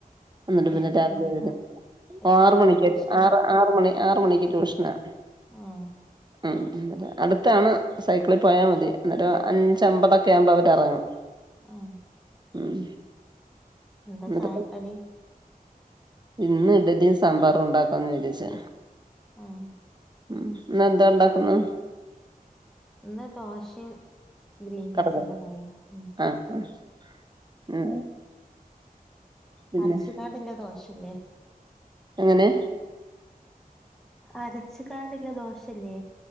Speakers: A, on the right; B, in the centre.
A: ന്നിട്ട്
B: ഏ
A: പിന്നെ
B: എത്ര
A: രാവിലെ
B: മണിക്കാ
A: <unintelligible>
B: എത്ര
A: ഓ ആറ്
B: മണിക്കാ
A: മണിക്കൊക്കെ
B: ട്യൂഷന്
A: ആറ് ആറ് മണി ആറ് മണിക്ക് ട്യൂഷനാ
B: ഉം
A: ഉം <unintelligible> അടുത്താണ് സൈക്കിളിൽ പോയാൽ മതി അന്നേരം <unintelligible> <unintelligible> അവർ ഇറങ്ങും
B: ഉം
A: ഉം
B: എന്താ
A: എന്നിട്ട്
B: ചായക്കടി
A: ഇന്ന് ഇഡലിയും സാമ്പാറും ഉണ്ടാക്കാന്ന് വിചരിചെ
B: ആഹ്
A: ഉം ഇന്ന് എന്താ ഉണ്ടാക്കുന്ന്
B: ഇന്ന് ദോഷെം ഗ്രീൻ പീസിന്റെ
A: കടല
B: കറി ഉം
A: ആഹ് ആഹ് ഉം പിന്നെ
B: അരച്ച കാണ്ടില്ല ദോഷല്ലേ
A: എങ്ങനെ
B: അരച്ച് കാണ്ടില്ല ദോശല്ലേ